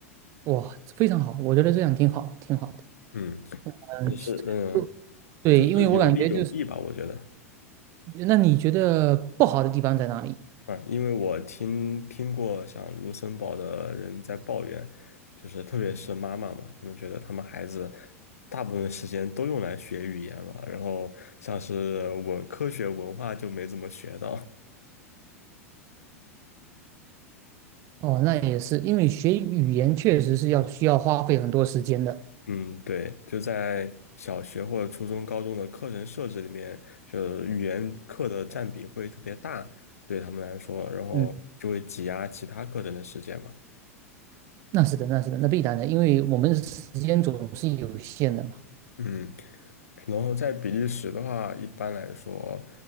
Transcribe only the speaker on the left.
嗯，
也是，嗯，
就是有利有弊吧，
我觉得
啊，因为我听听过像卢森堡的人在抱怨，就是特别是妈妈嘛，他们觉得他们孩子大部分时间都用来学语言了，然后像是文科学文化就没怎么学到。
嗯，对，就在小学或者初中、高中的课程设置里面，就语言课的占比会特别大，对他们来说，然后就会挤压其他课程的时间嘛。
嗯。然后在比利时的话，一般来说，